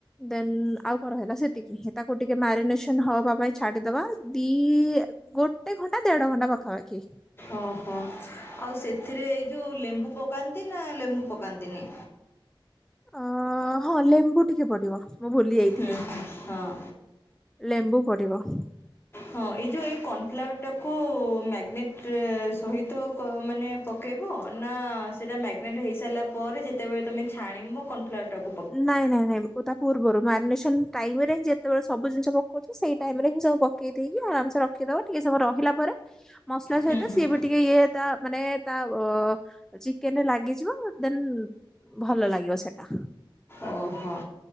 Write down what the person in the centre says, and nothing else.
ଦେନ୍ ଆଉ କଣ ରହିଲା ସେତିକି ହେ ତାକୁ ଟିକେ ମ୍ୟାରିନେସନ ହବା ପାଇଁ ଛାଡି଼ଦବା ଦି ଗୋଟେ ଘଣ୍ଟା ଦେଢ଼ ଘଣ୍ଟା ପାଖାପାଖି।
ଆ ହଁ ଲେମ୍ବୁ ଟିକେ ପଡ଼ିବ। ମୁଁ ଭୁଲି ଯାଇଥିଲି
ଲେମ୍ବୁ ପଡ଼ିବ।
ନାଇଁ ନାଇଁ ନାଇଁ ବ ଉ ତା ପୂର୍ବରୁ ମାରିନେସନ ଟାଇମ୍ ହିଁ ଯେତେବେଳେ ସବୁ ଜିନିଷ ପକଉଛ ସେଇ ଟାଇମ୍ ରେ ହିଁ ସବୁ ପ କେଇ ଦେଇକି ଆରାମ ସେ ରଖିଦବ ଟିକେ ସମୟ ରହିଲା ପରେ ମସଲା ସହିତ
ସିଏ ବି ଟିକେ ଇଏ ତା ମାନେ ତା ବ ଚିକେନେ ଲାଗିଯିବ ଦେନ୍ ଭଲ ଲାଗିବ ସେଟା।